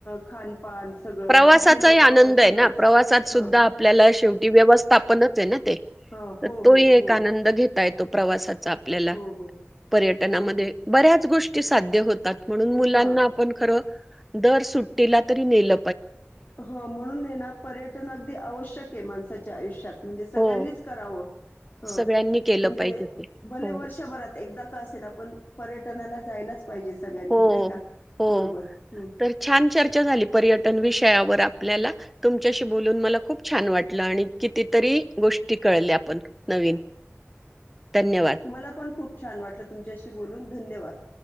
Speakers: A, on the left (about 45°); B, in the centre.
A: खानपान सगळं
B: प्रवासाचाही
A: तिथले लोक
B: आनंद
A: सगळंच.
B: आहे ना, प्रवासात सुद्धा
A: ह.
B: आपल्याला शेवटी व्यवस्थापनच आहे ना ते
A: हां. हो,
B: तो
A: हो,
B: एक
A: हो,
B: आनंद घेत ताय तो प्रवासात आपल्याला
A: हो, हो,
B: पर्यटनामध्ये
A: हो, हो.
B: बऱ्याच गोष्टी ची साध्य हो तात म्हणून मुलांना
A: हां.
B: खर दर सुट्टीला तरी नेल
A: हो म्हणून ये ना पर्यटन अगदी आवश्यक आहे, माणस साच्या आयुष्यात. म्हणजे सगळ्यांनीच
B: हो
A: कराव म्हणजे
B: सगळ्यांनी केलं पाहिजे ते
A: भले
B: हो
A: वर्षभरात एकेदा का असेना! पण पर्य टनाला जायलाच पाहिजे सगळ्यांनी
B: हो
A: नाही का?
B: हो
A: बरोबर हं
B: तर छान चर्चा झाली पर्यटन विषयावर आपल्याला तुमच्याशी बोलून मला खूप छान वाटल, आणि कितीतरी गोष्टी कळल्या पण नवीन धन्यवाद
A: मला पण खूप छान वाटलं तुमच्याशी बोलून धन्यवाद.